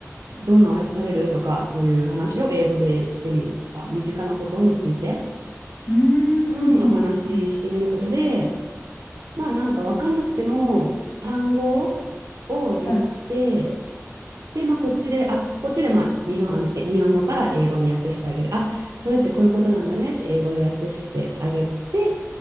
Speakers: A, on the right; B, on the left.
A: どんなおやつ食べるとかそういう話を英語でしてみるとか身近なことについて、
B: うんうんうんうん。
A: うん、お話ししてみることでまあなんか分かんなくても単語を言って
B: はい。
A: で、まあ、こっちで、あ、こっちで、まあ、日本、あの、え日本語から英語に訳してあげる。あ、それってこういうことなんだねって英語で訳してあげて、